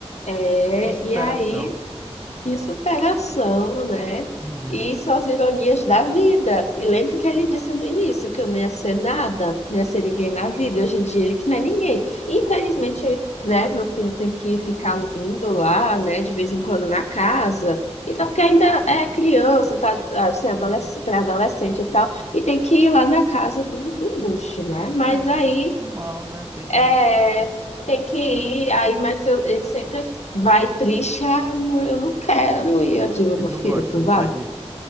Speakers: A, on the left; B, on the right.
A: É,
B: Que superação.
A: e aí, que superação, né?
B: Uhum.
A: E são as ironias da vida. E lembra que ele disse no início que eu não ia ser nada, não ia ser ninguém na vida. E Hoje em dia ele que não é ninguém. Infelizmente, né, meu filho tem que ficar indo lá, né, de vez em quando na casa. Então, que ainda é criança, tá, assim, adolescente,
B: Sim.
A: pré-adolescente e tal, e tem que ir lá na casa do, do embuste, né? Mas
B: É,
A: aí.
B: normal, né? Tem que.
A: É, tem que ir, aí, mas eu, ele sempre vai triste, ai, amor, eu não quero ir. Eu digo,
B: Ele
A: meu
B: não
A: filho,
B: gosta
A: tu
B: do
A: vai?
B: pai dele.